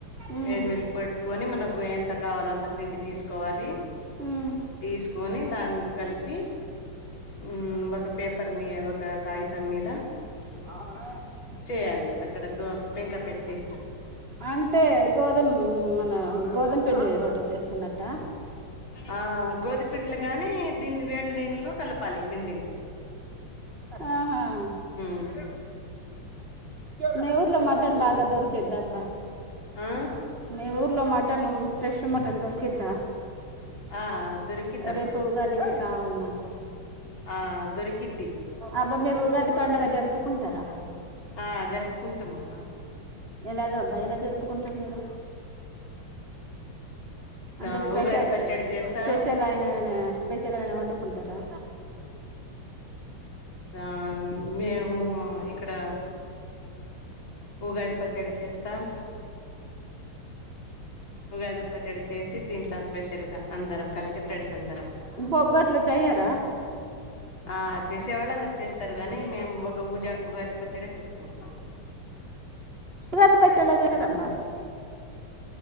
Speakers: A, on the right (about 25°); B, on the left (about 65°).
A: ఉమ్
B: వేడి నీళ్లు పెట్టుకొని మనకు ఎంత కావాలో అంత పిండి తీసుకోవాలి
A: ఉమ్
B: తీసుకొని దాన్ని కలిపి హ్మ్ ఒక పేపర్ మీ ఒక కాగితం మీద
A: ఆర <inaudible>
B: చేయాలి అక్కడ దో పెంక పెట్టేసి
A: అంటే గోధుమ్ మన గోధుమ పిండీ రొట్టె చేస్తున్నట్ట
B: ఆ గోదిమపిండీ గాని దీన్ని వేడి నీళ్లలో కలపాలి ఈ పిండిని
A: ఆహా
B: హ్మ్
A: మీ ఊర్లో మటన్ బాగా దొరికిద్ది అబ్బా
B: ఆ
A: మీ ఊర్లో మటన్ ఫ్రెష్ మటన్ దొరికిద్దా
B: ఆ దొరికిద్దబ్బా
A: రేపు ఉగాదికి కావాలి మాకు
B: ఆ దొరికిద్ది
A: అబ్బా మీరు ఉగాది పండగ జరుపు జరుపుకుంటారా
B: ఆ జరుపుకుంటాం అబ్బా
A: ఎలాగబ్బా ఎలా జరుపు కుంటారు మీరు అంటే
B: ఆ
A: స్పెషల్
B: ఉగాది పచ్చడి చేస్తాం
A: స్పెషల్ అయిన ఏనా స్పెషల్ ఏనా వండుకుంటారా
B: సా మేము ఇక్కడ ఉగాది పచ్చడి చేస్తాం ఉగాది పచ్చడి చేసి తింటాం స్పెషల్ గా అందరం కలిసి ఫ్రెండ్స్ అందరం
A: బొబ్బట్లు చెయ్యారా
B: ఆ చేసే వాళ్ళు అందరు చేస్తారు గాని మేము ఒక ఊజ ఉగాది పచ్చడే చేస్తాం అబ్బా
A: ఉగాది పచ్చడ చేయ రమ్మా